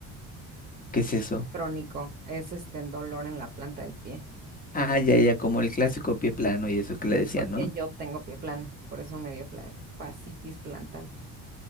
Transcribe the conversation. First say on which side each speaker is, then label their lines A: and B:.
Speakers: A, on the left; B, on the right.
A: ¿Qué es eso?
B: crónico, es este dolor en la planta del pie,
A: Ah, ya, ya, como el clásico pie plano y eso que le decían,
B: porque
A: ¿no?
B: yo tengo pie plano, por eso me dio fla- fascitis plantal.